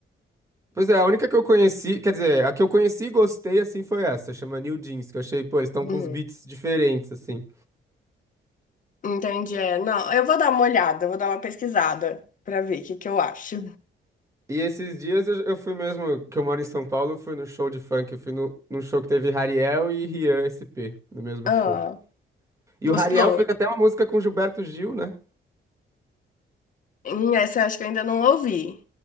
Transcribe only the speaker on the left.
Uhum.
Entendi, é. Não, eu vou dar uma olhada, eu vou dar uma pesquisada pra ver o que que eu acho.
Ah,
gostou?
Hum, essa eu acho que eu ainda não ouvi.